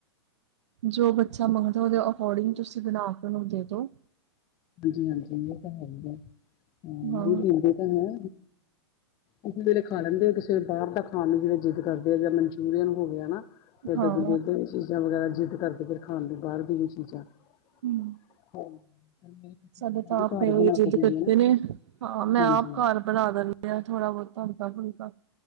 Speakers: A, on the right; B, on the left.
A: ਜੋ ਬੱਚਾ ਮੰਗਦੈ ਓਦੇ ਅਕੋਰਡਿੰਗ ਤੁਸੀ ਬਨਾ ਕੇ ਉਨੂੰ ਦੇ ਦੋ।
B: ਹਾਂਜੀ ਹਾਂਜੀ ਏ ਤਾਂ ਹੈ ਈ ਐ ਅ
A: ਹਾਂ,
B: ਨਈ ਦੇਂਦੇ ਤਾਂ ਹੈ ਕਿਸੇ ਵੇਲੇ ਖਾ ਲੈਂਦੇ ਆ ਕਿਸੇ ਵੇਲ ਬਾਰ ਦਾ ਖਾਣ ਨੂੰ ਜਿਵੇਂ ਜਿੱਦ ਕਰਦੇ ਆ ਜੇ ਮਨਚੂਰੀਅਨ ਹੋ ਗਿਆ ਨਾ ਏਧਰ
A: ਹਾਂ
B: ਤੇ ਏਧਾਂ ਦੀ ਚੀਜਾਂ ਵਗੈਰਾ ਜਿੱਦ ਕਰਦੇ ਫੇਰ ਖਾਣ ਦੀ ਬਾਰ ਦੀ ਵੀ ਚੀਜ਼ਾਂ। ਹਾਂ
A: ਹੂੰ
B: <inaudible>
A: ਸਾਡੇ ਤਾਂ ਆਪ
B: ਘਰ
A: ਇਹੀ
B: ਬਣਾ
A: ਜਿੱਦ
B: ਕੇ ਦੇਈਏ
A: ਕਰਦੇ
B: ਨਾ
A: ਨੇ ਹਾਂ ਮੈਂ
B: ਹਾਂਜੀ
A: ਆਪ ਘਰ ਬਣਾ ਦੇਨੇ ਆਂ ਥੋੜਾ ਬੌਤਾ ਹਲਕਾ ਫੁਲਕਾ